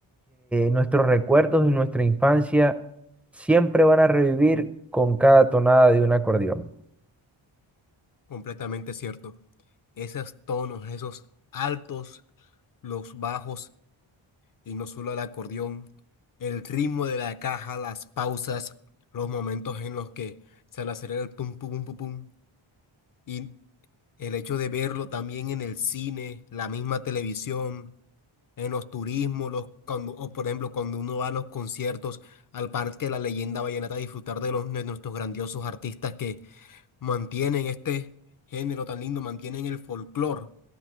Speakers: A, in the centre; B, on the left (about 45°).
A: nuestros recuerdos y nuestra infancia siempre van a revivir con cada tonada de un acordeón.
B: Completamente cierto. Esos tonos, esos altos, los bajos y no solo el acordeón, el ritmo de la caja, las pausas, los momentos en los que se le acelera el pum pum pum pum y el hecho de verlo también en el cine, la misma televisión, en los turismos, los, cuando, o por ejemplo cuando uno va a los conciertos al Parque de la Leyenda Vallenata a disfrutar de, los, de nuestros grandiosos artistas mantienen este género tan lindo, mantienen el folclore,